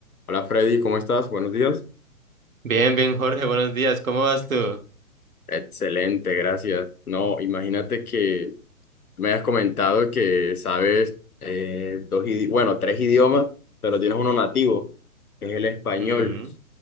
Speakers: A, on the left; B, on the right.
A: Hola Freddy, ¿cómo estás? Buenos días.
B: Bien, bien, Jorge, buenos días. ¿Cómo vas tú?
A: Excelente, gracias. No, imagínate que me has comentado que sabes eh, dos, idi- bueno, tres idiomas, pero tienes uno nativo, que es el español,
B: Ujú,